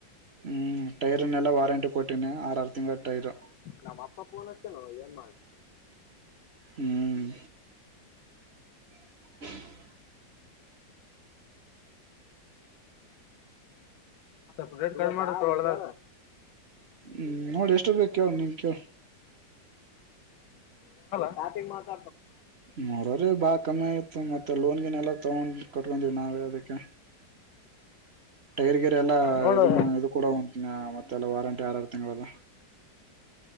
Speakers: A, on the right; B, on the left.
A: ಹ್ಮ್ ಟೈರ್ನ್ನೆಲ್ಲ ವಾರಂಟಿ ಕೊಟ್ಟಿನಿ ಆರ ಆರು ತಿಂಗಳ ಟೈರು
B: ನಮ್ಮ ಅಪ್ಪ ಫೋನ್ ಅಚ್ಚ ಏನ್ ಮಾಡ
A: ಹ್ಮ್ <inaudible>
B: ಮಾಡ <unintelligible>
A: ಹ್ಮ್ ನೋಡಿ ಎಷ್ಟು ಬೇಕ ಕೇೇಳ ನೀ ಕೇಳ
B: ಸ್ಟಾರ್ಟಿಂಗ್ ಮಾತ
A: ಮೂರ್ರೀ ಬಾ ಕಮ್ಮಿ ಆಯತ್ ಮತ್ತೆ ಲೋನ್ಗನ್ ಎಲ್ಲ ತಗೊಂಡ್ ಕಟ್ಕೊಂಡೀವಿ ನಾವೇ ಅದಕ್ಕೆ ಟೈರ್ ಗಿರ್ ಎಲ್ಲಾ
B: ನೋಡು
A: ಇದು ಇದು ಕೂಡ ಒಂದ್ ಮತ್ತೆಲ್ಲಾ ವಾರಂಟಿ ಆರರ್ ತಿಂಗಳದ